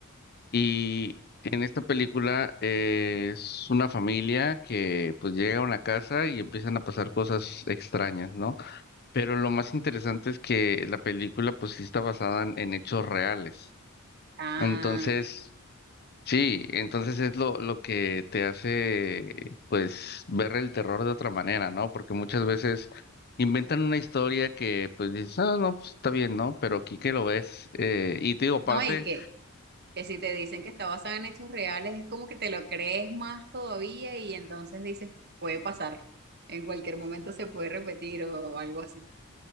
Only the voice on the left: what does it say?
Y en esta película eh, es una familia que pues llega a una casa y empiezan a pasar cosas extrañas, ¿no? Pero lo más interesante es que la película pues sí está basada en, en hechos reales.
Entonces, sí, entonces es lo, lo que te hace, pues, ver el terror de otra manera, ¿no? Porque muchas veces inventan una historia que, pues, dices, ah, no, pues está bien, ¿no? Pero aquí que lo ves, eh, y te digo, aparte